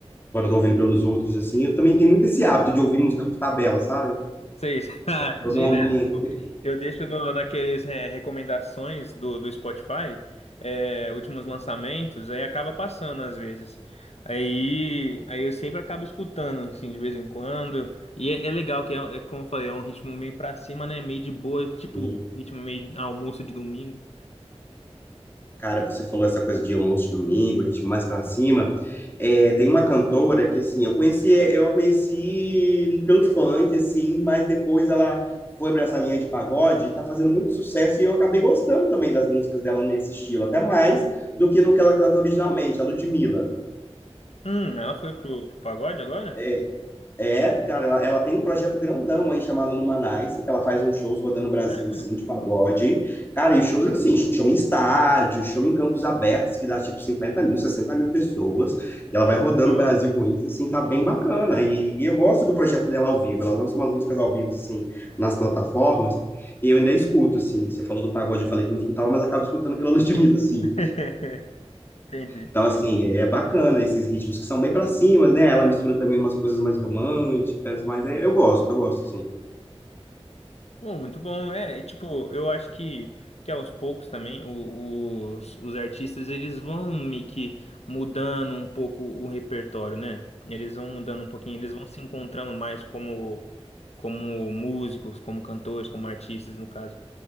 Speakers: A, on the left (about 20°); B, on the left (about 80°).
A: quando eu tô ouvindo pelos outros, assim. Eu também tenho muito esse hábito de ouvir música por tabela, sabe?
B: seis <laughs> ah,
A: Tô
B: direto.
A: ambiente,
B: Eu deixo no, naqueles é, recomendações do, do Spotify, é, últimos lançamentos, aí acaba passando às vezes. Aí, aí eu sempre acabo escutando, assim, de vez em quando. E é, é legal que, é, é, como eu falei, é um ritmo meio pra cima, né? Meio de boa, tipo,
A: <laughs>
B: ritmo meio almoço de domingo.
A: Cara, você falou essa coisa de almoço de domingo, ritmo mais pra cima. É, tem uma cantora que, assim, eu conheci, eu a conheci pelo funk, assim, mas depois ela foi para essa linha de pagode e tá fazendo muito sucesso e eu acabei gostando também das músicas dela nesse estilo, até mais do que no que ela canta originalmente, a Ludmilla.
B: Hum, ela foi pro, pro pagode agora?
A: É, É, cara, ela, ela tem um projeto grandão aí chamado Numanice, que ela faz uns shows rodando o Brasil,
B: É,
A: assim, de pagode. Cara, e os shows, assim, show em estádio, show em campos abertos, que dá tipo 50 mil, 60 mil pessoas. E ela vai
B: legal.
A: rodando o Brasil com isso, assim, tá bem bacana. E, e eu gosto do projeto dela ao vivo. Ela lança umas músicas ao vivo, assim, nas plataformas. E eu ainda escuto, assim. Você falou do pagode, eu falei que não escutava, mas acabo escutando pela <laughs> Ludmilla, assim.
B: <laughs> Entendi.
A: Então, assim, é bacana esses ritmos que são bem pra cima, né? Ela mistura também umas coisas mais românticas, mas é, eu gosto, eu gosto, assim.
B: Oh, muito bom, é, e, tipo, eu acho que, que aos poucos também o- os, os artistas eles vão meio que mudando um pouco o repertório, né? Eles vão mudando um pouquinho, eles vão se encontrando mais como, como músicos, como cantores, como artistas, no caso.